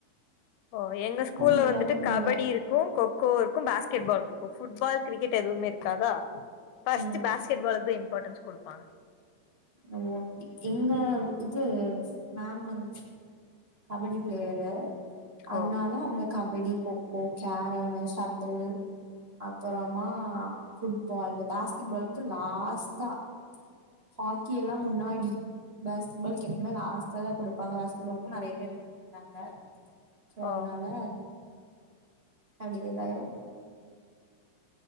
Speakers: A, on the left (about 80°); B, on the right (about 70°).
A: ஓ எங்க ஸ்கூல்ல
B: அந்த
A: வந்துட்டு
B: மாரிலா பண்ணுவே
A: கபடி இருக்கு கொக்கோவு இருக்கு பாஸ்கெட் பால் ஓ ஃபுட்பால் கிரிக்கெட் எதுவுமே இருக்காதா ஃபஸ்ட்டு
B: ம்
A: பேஸ்கெட் பால்க்கு தா இம்பார்ட்டன்ஸ் குடுப் பா
B: ஓ அப்டி எங்க இது மேம் வந் கபடி பிளேயரு அதுனால
A: ஓ
B: அவுங்க கபடி கொக்கோ கேரமு ஷட்டிளு அப்பறமா ஃபுட்பால் இந்த பேஸ்கெட் பால்க்கு லாஸ்ட்டா ஹாக்கியெல்லா முன்னாடி பேஸ்கெட் பால்க்கு எப்போமே லாஸ்டாதா குடுப்பாங்க பேஸ்கெட் பால்க்கு நெறைய பேர் இருக்க மாட்டாங்க சோ
A: ஆ
B: அதுனால அப்டியே இதாயிரு